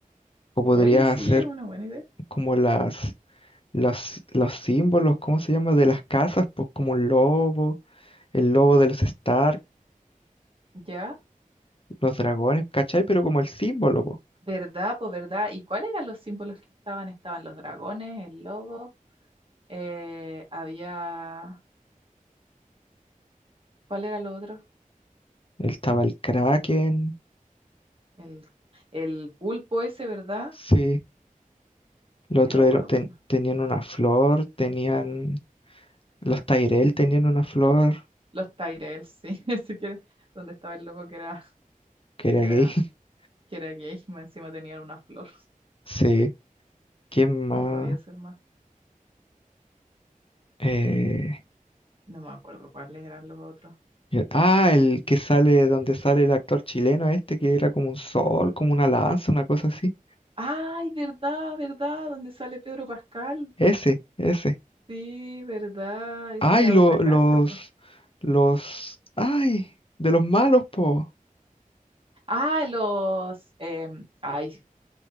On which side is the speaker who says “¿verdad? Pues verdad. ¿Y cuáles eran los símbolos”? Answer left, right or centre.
Right